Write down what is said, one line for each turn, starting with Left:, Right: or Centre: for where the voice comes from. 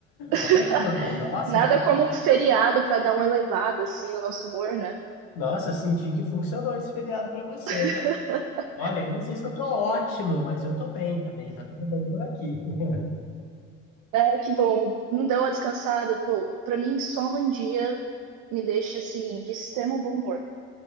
Right: <laughs>
Left: Ótima. Nossa,
Right: Nada
Left: que...
Right: como um feriado pra dar uma elevada assim no nosso humor, né?
Left: Nossa, senti que funcionou esse feriado pra você,
Right: <laughs>
Left: né? Olha, eu não sei se eu tô ótimo, mas eu tô bem também. Tá tudo bem por aqui. <laughs>
Right: É, que bom, não deu uma descansada, pô. Pra mim, só um dia me deixa assim de extremo bom humor.